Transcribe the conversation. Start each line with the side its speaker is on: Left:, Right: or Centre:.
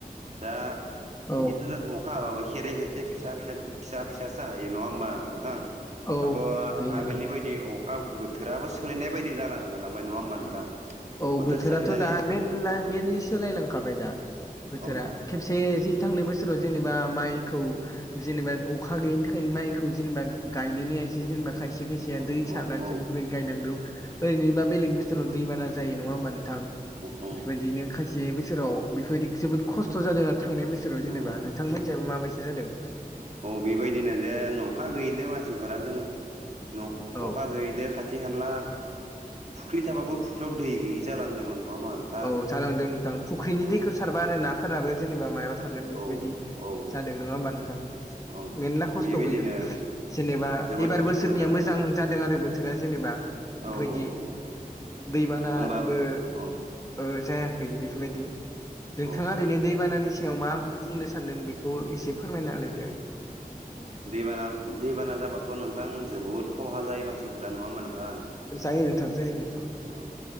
Right: दा
Left: औ
Right: बिदिथ' दा अखा हाबाबो खेरे खेथे फिसा फिसा फिसा फिसासो हायो नङा होमबा नोंथां?
Left: औ
Right: दाथ'
Left: हायो
Right: आगोलनि
Left: नोंथां
Right: बायदि अखा बोथोराबो सोलायनाय बायदि जालांहालांबाय नङा होमबा नोंथां?
Left: औ
Right: बोथोर
Left: बोथोराथ'
Right: सोलायनानै
Left: दा मेनला मेनलि सोलायलांखाबाय दा। बोथोरा
Right: औ
Left: खेबसे जि थांनाय बोसोराव जेनेबा माइखौ जेनेबा अखा गैयिनि थाखायनो माइखौ जेनेबा गायनोनो हायासै जेनेबा खायसे खायसे या
Right: औ
Left: दै सारनानैसो
Right: औ
Left: बेफोरबायदि गायनांगौ ओरैनोबा बेलेग बोसोराव दैबाना जायो नङा होमबा नों थां
Right: औ
Left: बेफोरबायदिनो खायसे बोसोराव बेफोरबायदि जोबोद खस्थ' जादों आरो थांनाय बोसो राव जेनेबा
Right: औ
Left: नेंथांमोनजा
Right: औ
Left: माबायसा जादों?
Right: औ बेबायदिनो जे नखा गोैयैदो मानसिफोरा जोङो न
Left: औ
Right: अखा गोैयैदो खा थि खानला फुख्रि थाबाबो फुख्रियाव दै गैयि जालांदोंमोन नङा <unintelligible>
Left: औ जालांदों नोंथां फुख्रिनि
Right: उम
Left: दैखौ सारबा आरो नाफोराबो जेनेबा मायाव थागोन बेफोरबायदि
Right: औ औ
Left: जादों नङा होमबा नोंथां?
Right: ओं
Left: मेरला खस्थ'
Right: बेबायदिनो
Left: गोलैदों जेनेबा
Right: जोबोद
Left: एबार
Right: खस्थ'
Left: बोसोरनिया
Right: जादों
Left: मोजां जादों आरो बोथोरा जेनेबा। बेफोरबायदि
Right: औ औ औ
Left: दैबानाबो
Right: होमबाबो औ
Left: ओ जायाखै बेफोरबायदि नोंथाङा
Right: औ
Left: ओरैनो दैबानानि सायाव मा बुंनो सानदों बेखौ एसे फोरमायनालायदो
Right: दैबाना दैबाना जाबाथ' नोंथां जोबोद खहा जायो मानसिफोरा नङा होमबा नोंथां
Left: जायो नोंथां जायो नोंथां
Right: औ